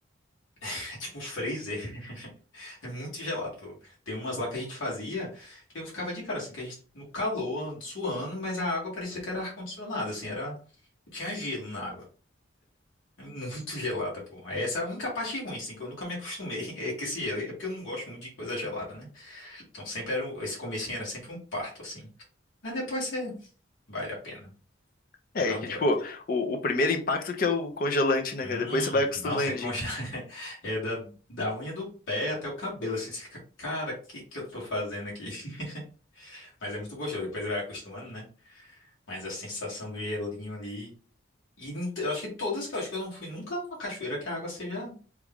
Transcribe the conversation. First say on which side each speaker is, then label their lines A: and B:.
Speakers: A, on the left; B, on the left.
A: <laughs> é tipo um freezer, <laughs> é muito gelado. pô. Tem umas lá que a gente fazia que eu ficava de cara assim, que a gente no calor, suando, mas a água parecia que era ar-condicionado, assim, era tinha gelo na água. É muito gelada, pô. Essa é a única parte ruim, assim, que eu nunca me acostumei. <laughs> É que esse gelo. É porque eu não gosto muito de coisa gelada, né? Então sempre era. um- Esse comecinho era sempre um parto, assim. Mas depois você. Vale a pena.
B: É
A: Mas eu adoro,
B: que, tipo,
A: pô.
B: o, o primeiro impacto que é o congelante, né,
A: Hum,
B: cara? Depois você vai acostumando,
A: nossa, é conge...
B: hein?
A: <laughs> é da, da unha do pé até o cabelo, assim, você fica, cara, o que que eu tô fazendo aqui? <laughs> Mas é muito gostoso, depois vai acostumando, né? Mas a sensação do gelinho ali, e não te- eu acho que todas que eu acho que eu não fui nunca a uma cachoeira que a água seja